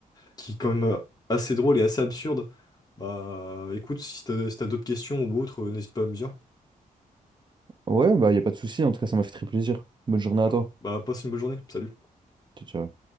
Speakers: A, on the left; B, on the right.
A: qui est quand même euh, assez drôle et assez absurde. Bah, écoute, si t'as, si t'as d'autres questions ou autres, euh, n'hésite pas à me dire.
B: ouais, bah, y a pas de souci. En tout cas, ça m'a fait très plaisir. Bonne journée
A: Super.
B: à toi.
A: Bah, passe une bonne journée. Salut.
B: Ciao, ciao.